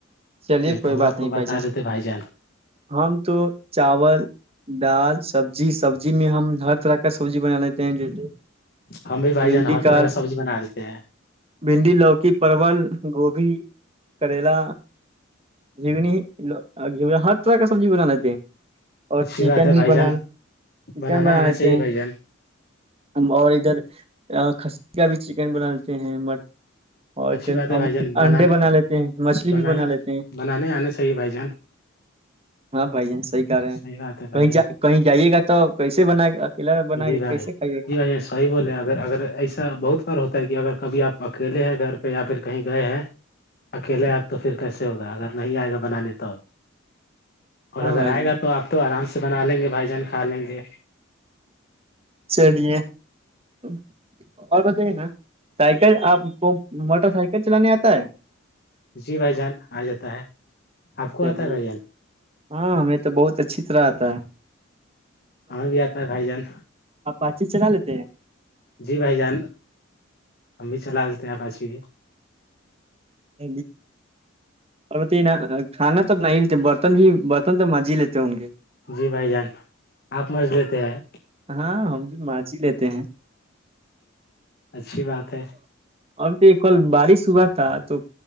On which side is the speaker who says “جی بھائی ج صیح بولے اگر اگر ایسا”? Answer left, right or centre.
Left